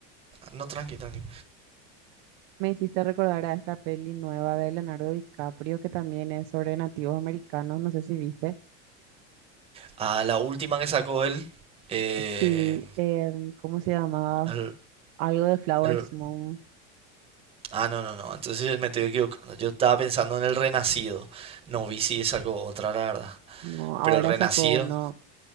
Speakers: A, on the right (about 15°); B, on the right (about 50°).
A: No, tranqui, tranqui.
B: Me hiciste recordar a esta peli nueva de Leonardo DiCaprio que también es sobre nativos americanos, no sé si viste.
A: A la última que sacó él. eh,
B: Sí, em, ¿cómo se llamaba?
A: al-
B: Algo de Flowers
A: al-
B: Moon.
A: ah, no, no, no. Entonces me estoy equivocando. Yo estaba pensando en el Renacido. No vi si sacó otra, la verdad.
B: No, ahora
A: Pero el Renacido.
B: sacó uno